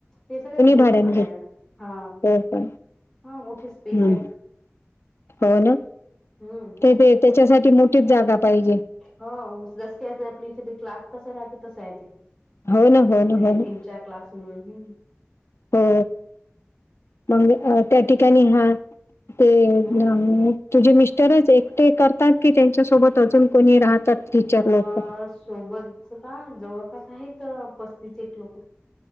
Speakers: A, on the left; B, on the left.
A: ते सगळं दोन्ही
B: भाड्याने
A: भाड्यान
B: घेत
A: हा
B: हो का
A: हा मोठे स्पेस
B: हम्म.
A: आहेत
B: हो ना.
A: हम्म.
B: ते ते त्यांच्यासाठी मोठीच जागा पाहिजे
A: हो जसं की आपली इथे क्लाक कसा राहते तसं आहे ते
B: हो ना हो
A: ते
B: ना हो ना
A: तीन चार क्लास मुळे हम्म
B: हो मग त्या ठिकाणी हा ते <unintelligible>
A: हम्
B: तुझे मिस्टरच एकटे करतात की त्यांच्यासोबत अजून कोणी राहतात? टीचर
A: अ
B: लोक
A: सोबतच का जवळपास आहेत पस्तीस एक लोक